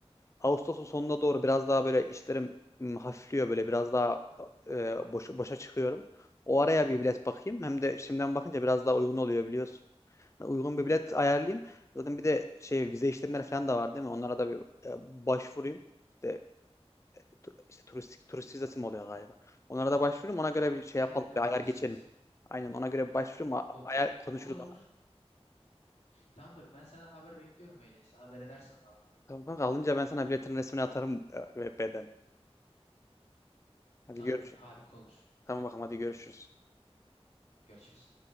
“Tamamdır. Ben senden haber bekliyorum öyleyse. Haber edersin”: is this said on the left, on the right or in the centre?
Left